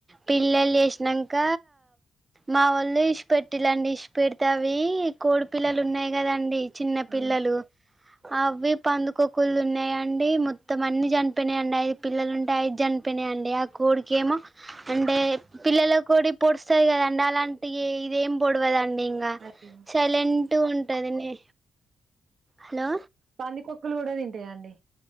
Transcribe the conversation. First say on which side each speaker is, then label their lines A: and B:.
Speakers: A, on the right; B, on the right.
A: పిల్లలు చేసినంక మా వాళ్ళు ఇడ్షీపెట్టిలాండి ఇడ్షీపెడితే అవి వి కోడి పిల్లలు ఉన్నాయి కదండి చిన్న పిల్లలు
B: ఆ
A: అవి పందుకోక్కులు తిన్నాయిండి మొత్తం అన్ని చనిపోయినాయండి ఐదు పిల్లలు ఉంటే ఐదు చనిపోయినాయి యండి ఆ కోడికేమో అంటే పిల్లలు కోడి పొడుస్తది కదండి అలాంటి ఇదేం పొడవదండి ఇంకా
B: అయ్యో
A: సైలెంట్ ఉంటదిని హలో
B: పందికొక్కులు కూడా తింటాయా అండి